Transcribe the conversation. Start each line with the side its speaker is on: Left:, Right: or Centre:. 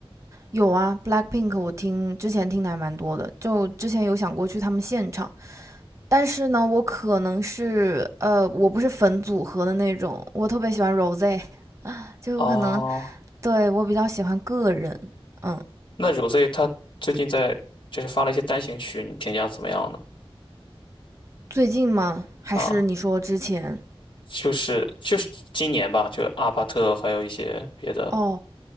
Right: 有啊，Blackpink 我听之前听的还蛮多的，就之前有想过去他们现场，但是呢，我可能是呃，我不是粉组合的那种，我特别喜欢 Rose，<laughs> 啊，就我可能
Left: 哦，
Right: 对我比较喜欢个人，嗯，
Left: 那 Rosé 他最近在就是发了一些单行曲，你评价怎么样呢？
Right: 最近吗？还是你说之前？
Left: 啊。就是就是今年吧，就阿帕特还有一些别的
Right: 哦，